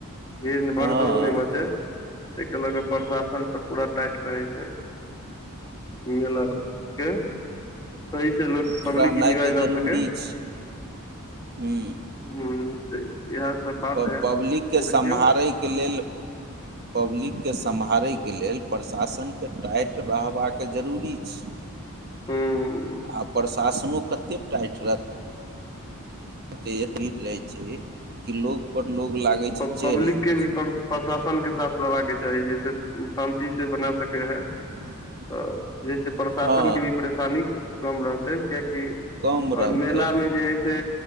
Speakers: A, on the left; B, on the right.
A: भीड़ भगदौड़
B: हँ
A: नहि मचै ताहिके लऽ कऽ प्रशासन सब पूरा टाइट रहै छै मिलल के सही से लोक
B: रहनाइ
A: पब्लिक इन्जॉय
B: तऽ जरूरी
A: ल सकेै
B: छै ह
A: हू तऽ इएह सब बात
B: प
A: है
B: पब्लिककेँ सम्हारयके
A: देखियौ
B: लेल पब्लिककेँ सम्हारैके लेल प्रशासनके टाइट रहबाक जरूरी छै
A: हूं
B: आ प्रशासनो कतेक टाइट रह बतयती रहै छैे कि लोग पर लोग लागै छै
A: पब्लिकके
B: चढ़ि जेतै
A: भी प्रशासन के साथ देबाके चाही जैसे ओ शान्ति से बना सकै है
B: <inaudible>
A: तऽ जैसे प्रशासन
B: हँ
A: के भी परेशानी कम रहतै कियकि
B: कम
A: और
B: रहतै
A: मेला मे जे से